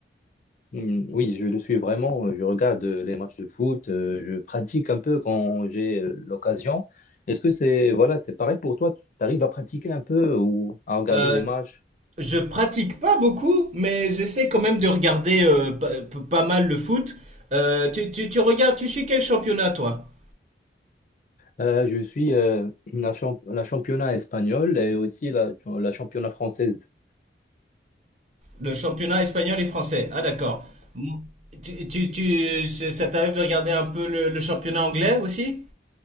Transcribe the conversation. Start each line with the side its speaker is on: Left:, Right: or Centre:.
Left: mm, oui, je le suis vraiment. Je regarde euh, les matchs de foot, euh, je pratique un peu quand j'ai euh, l'occasion. Est-ce que c'est, voilà, c'est pareil pour toi? Tu arrives à pratiquer un peu ou à regarder
Right: Euh,
Left: des matchs?
Right: je pratique pas beaucoup, mais j'essaie quand même de regarder euh, pa- pa- pas mal le foot. Euh, tu, tu, tu regardes, tu suis quel championnat toi?
Left: Euh, je suis euh, la, champ- la championnat espagnole et aussi la, la championnat française.
Right: Le championnat espagnol et français. Ah d'accord. Mou- Tu, tu, tu- c'est- ça t'arrive de regarder un peu le, le championnat anglais aussi?